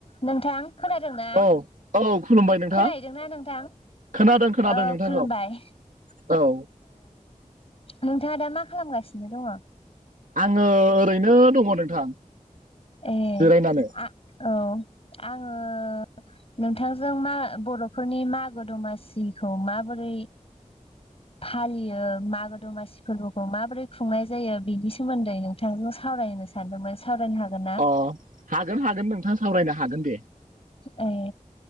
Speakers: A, on the left; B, on the right.
A: नोंथां खोनादों ना
B: औ औ खुलुमबाय नोंथां
A: खोनाहैदों ना नोंथां?
B: खोनादों खोनादों
A: ओ
B: नोंथांखौ
A: खुलुमबाय
B: औ
A: नोंथाङा दा मा खालामगासिनो दङ?
B: आङो ओरैनो दङ नोंथां
A: ए
B: जिरायनानै
A: आ औ आङो नोंथांजों मा बर'फोरनि मागो दमासिखौ माबोरै
B: <inaudible>
A: फालियो मागो दमासि फोरबोखौ माबोरै खुंनाय जायो बिनि सोमोन्दै नोंथांजों सावरायो सानदोंमोन सावरायनो हागोन ना?
B: अ हागोन हागोन नोंथां सावरायनो हागोन दे
A: ए